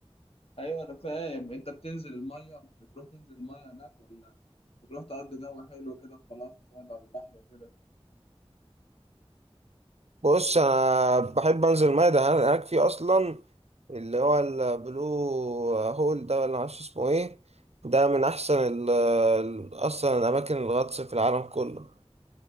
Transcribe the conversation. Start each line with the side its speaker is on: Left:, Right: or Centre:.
Left: ايوه انا فاهم انت بتنزل الميه بتروح تنزل الميه هناك ولا بتروح تقضي جو حلو كده وخلاص وتقعد على البحر وكده
Right: بص انا بحب انزل ماء ده هناك في اصلا اللي هو البلو هول ده ولا معرفش اسمه ايه ده من احسن ال ال- اصلا الاماكن الغطس في العالم كله